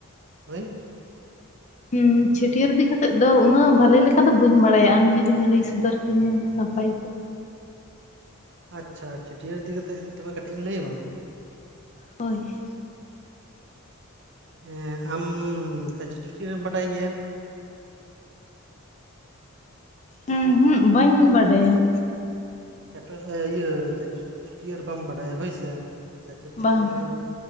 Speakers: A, on the right; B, on the left.
A: ᱦᱳᱭ
B: ᱦᱩᱸ ᱪᱷᱟᱹᱴᱭᱟᱹᱨ ᱤᱫᱤ ᱠᱟᱛᱮᱜ ᱟᱫᱚ ᱩᱱᱟᱹᱜ ᱵᱷᱟᱞᱮ ᱞᱮᱠᱟ ᱫᱚ ᱵᱟᱹᱧ ᱵᱟᱲᱟᱭᱟ ᱟᱢ ᱡᱩᱫᱤᱢ ᱞᱟᱹᱭ ᱥᱚᱫᱚᱨ ᱠᱚᱣᱧᱟᱹ ᱱᱟᱯᱟᱭ ᱠᱚᱜᱼᱟ
A: ᱟᱪᱪᱷᱟ ᱪᱷᱟᱹᱴᱭᱟᱹᱨ ᱤᱫᱤ ᱠᱟᱛᱮᱫ ᱛᱚᱵᱮ ᱠᱟᱹᱴᱤᱡ ᱤᱧ ᱞᱟᱹᱭᱟᱢᱟ
B: ᱦᱳᱭ
A: ᱦᱸ ᱟᱢ ᱪᱟᱪ ᱪᱷᱩᱴᱤ ᱨᱮᱢ ᱵᱟᱰᱟᱭ ᱜᱮᱭᱟ
B: ᱦᱩᱸ ᱦᱩᱸ ᱵᱟᱹᱧ ᱵᱟᱰᱟᱭᱟ
A: ᱪᱤᱭᱟᱹ ᱪᱷᱟᱹᱴᱭᱟᱹᱨ ᱵᱟᱢ ᱵᱟᱰᱟᱭᱟ ᱦᱳᱭᱥᱮ ᱪᱟᱪᱚ ᱪᱷᱟᱹᱴᱭᱟᱹᱨ
B: ᱵᱟᱝ
A: ᱫᱚ